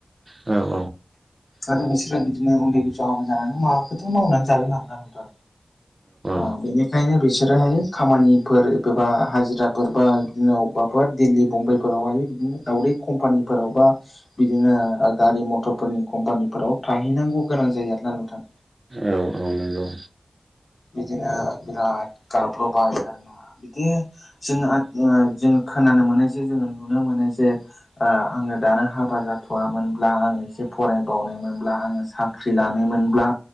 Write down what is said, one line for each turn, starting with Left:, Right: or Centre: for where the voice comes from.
Right: औ
Left: आरो बिसोरो बिदिनो उन्दै बैसोआव हाबा जानानै माबाखौथ' मावनानै जागोन ना
Right: औ
Left: <unintelligible> बेनिखायनो बिसोरोहाय खामानिफोर एबा हाजिराफोर बा दिनाव माबाफोर दिल्ली बम्बाइफोरावहाय बिदिनो दावदै कम्पानिफोरावबा बिदिनो गारि मथर फोरनि कम्पानिफोराव थाहैनांगौ गोनां जायो आरोना नोंथां
Right: औ औ नंगौ
Left: बिदिनो बिराद गाब्र'बाय आरो ना बिदि जोङो जों खोनानो मोनो जे जोङो नुनो मोनो जे आङो दानो हाबा जाथ'वोनब्ला आङो एसे फरायबावनायमोनब्ला आङो साख्रि लानायमोनब्ला